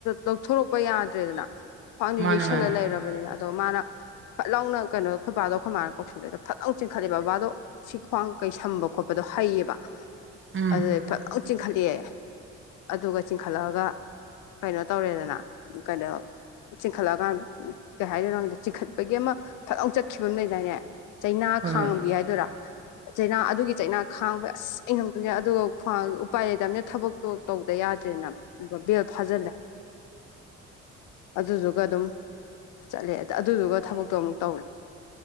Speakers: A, on the left; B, on the right.
A: ꯂꯧꯊꯣꯔꯛꯄ ꯌꯥꯗ꯭ꯔꯦꯗꯅ ꯈ꯭ꯋꯥꯡꯗꯨ
B: ꯃꯥꯅꯦ
A: ꯌꯩꯁꯜꯂ
B: ꯃꯥꯅꯦ
A: ꯂꯩꯔꯕꯅꯤꯅ ꯑꯗꯣ ꯃꯥꯅ ꯐꯠ ꯂꯥꯎꯅ ꯀꯩꯅꯣ ꯑꯩꯈꯣꯏꯕꯥꯗꯣ ꯑꯩꯈꯣꯏ ꯃꯥꯅ ꯀꯧꯁꯜꯂꯦ ꯐꯅ ꯆꯤꯡꯈꯠꯂꯦꯕ ꯕꯕꯥꯗꯣ ꯁꯤ ꯈ꯭ꯋꯥꯡ ꯀꯩ ꯁꯝꯕ ꯈꯣꯠꯄꯗꯣ ꯍꯩꯌꯦꯕ
B: ꯎꯝ
A: ꯑꯗꯨꯗꯩ ꯐꯖꯅ ꯆꯤꯡꯈꯠꯂꯛꯑꯦ ꯑꯗꯨꯒ ꯆꯤꯡꯈꯠꯂꯛꯑꯒ ꯀꯩꯅꯣ ꯇꯧꯔꯦꯗꯅ ꯀꯅꯥ ꯆꯤꯡꯈꯠꯂꯛꯑꯀꯥꯟꯗ ꯀꯩ ꯍꯥꯏꯗꯣꯏꯅꯣꯗ ꯆꯤꯡꯈꯠꯄꯒꯤ ꯑꯃ ꯐꯖꯥꯎ ꯆꯠꯈꯤꯕ ꯑꯃ ꯂꯩꯗꯥꯏꯅꯦ ꯆꯩꯅꯥ
B: ꯍꯣꯏ
A: ꯈꯥꯡꯕꯤ
B: ꯍꯣꯏ
A: ꯍꯥꯏꯗꯣꯏꯔꯥ ꯆꯩꯅꯥ ꯑꯗꯨꯒꯤ ꯆꯩꯅꯥ ꯈꯥꯡꯕ ꯑꯁ ꯑꯉꯝꯗꯅꯦ ꯑꯗꯨꯒ ꯈ꯭ꯋꯥꯡ ꯎꯄꯥꯏ ꯂꯩꯇꯕꯅ ꯊꯕꯛꯇꯣ ꯇꯧꯗ ꯌꯥꯗ꯭ꯔꯦꯅ ꯕꯦꯜ ꯐꯥꯖꯜꯂꯦ
B: <unintelligible>
A: ꯑꯗꯨꯗꯨꯒ ꯑꯗꯨꯝ ꯆꯠꯂꯦ ꯑꯗꯨꯗꯨꯒ ꯊꯕꯛꯇꯣ ꯑꯃꯨꯛ ꯇꯧꯔꯦ